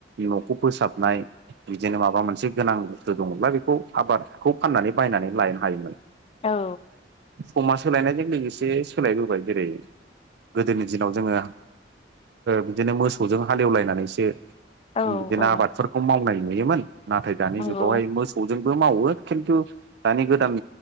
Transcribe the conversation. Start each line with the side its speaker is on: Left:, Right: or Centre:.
Right: न'खौ फोसाबनाय बिदिनो माबा मोनसे गोनां बुस्थु दंङब्ला बेखौ आबादखौ फाननानै बायनानै लायनो हायोमोन।
Left: औ।
Right: सममा सोलायनायजों लोगोसे सोलायबोबाय जेरै गोदोनि दिनाव जोंङो बिदिनो मोसौजों हालेवलायनानैसो
Left: औ
Right: बिदिनो
Left: औ
Right: आबादफोरखौ मावनाय नुयोमोन। नाथाय दानि
Left: नंगौ
Right: जुगावहाय मोसौ जोंबो मावो खिन्थु दानि गोदान